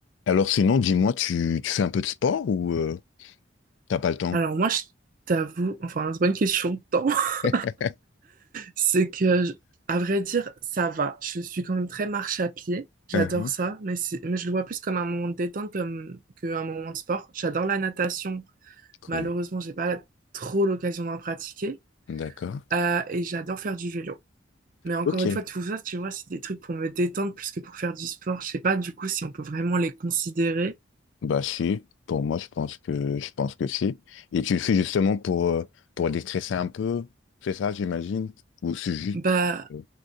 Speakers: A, on the left; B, on the right.
A: Alors sinon, dis-moi, tu, tu fais un peu de sport ou euh, t'as pas le temps?
B: Alors moi, je t'avoue, enfin, c'est pas une question de temps, <laughs>
A: <laughs>
B: c'est que, je- à vrai dire, ça va. Je suis quand même très marche à pied. J'adore
A: Mhm.
B: ça, mais, c'est- mais je le vois plus comme un moment de détente comme qu'un moment de sport. J'adore la natation.
A: Cool.
B: Malheureusement, j'ai pas trop l'occasion d'en pratiquer.
A: D'accord.
B: Euh, et j'adore faire du vélo. Mais encore
A: Ok.
B: une fois, tout ça, tu vois, c'est des trucs pour me détendre plus que pour faire du sport. Je sais pas, du coup, si on peut vraiment les considérer.
A: Bah si, pour moi, je pense que je pense que si. Et tu le fais justement pour euh, pour déstresser un peu, c'est ça, j'imagine? Ou c'est juste
B: Bah,
A: pour... euh,